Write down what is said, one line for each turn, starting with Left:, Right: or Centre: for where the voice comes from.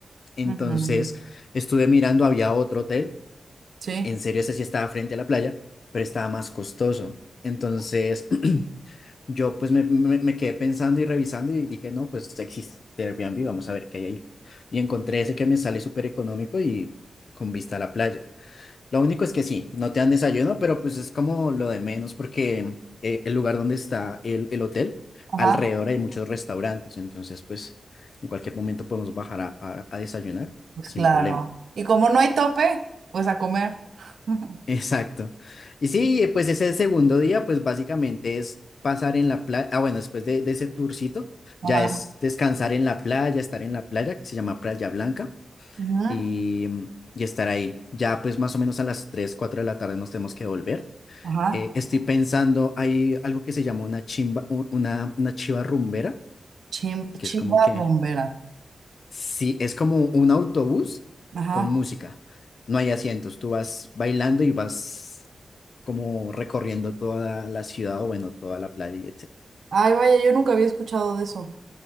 Left: Entonces
Right: Ujú,
Left: estuve mirando, había otro hotel,
Right: Sí,
Left: en serio ese sí estaba frente a la playa, pero estaba más costoso. Entonces yo pues me, me- me quedé pensando y revisando y dije, no, pues existe Airbnb, vamos a ver qué hay ahí. Y encontré ese que me sale súper económico y con vista a la playa. Lo único es que sí, no te dan desayuno, pero pues es como lo de menos porque eh, el lugar donde está el, el hotel,
Right: ajá,
Left: alrededor hay muchos restaurantes, entonces pues en cualquier momento podemos bajar a, a a desayunar
Right: pues
Left: sin
Right: claro.
Left: problema.
Right: Y como no hay tope, pues a comer. <laughs>
Left: Exacto. Y sí, eh, pues ese segundo día, pues básicamente es pasar en la playa, ah, bueno, después de, de ese tourcito,
Right: Ajá,
Left: ya es descansar en la playa, estar en la playa, que se llama Playa Blanca,
Right: ujú,
Left: y, y estar ahí. Ya pues más o menos a las 3 4 de la tarde nos tenemos que volver.
Right: ajá.
Left: Eh, estoy pensando, hay algo que se llama una chimba, u- una, una chiva rumbera,
Right: Chim-
Left: que
Right: chiva
Left: es como que,
Right: rumbera.
Left: sí, es como un autobús
Right: Ajá.
Left: con música. No hay asientos, tú vas bailando y vas como recorriendo toda la ciudad o bueno, toda la playa y etcétera.
Right: Ay, vaya, yo nunca había escuchado de eso.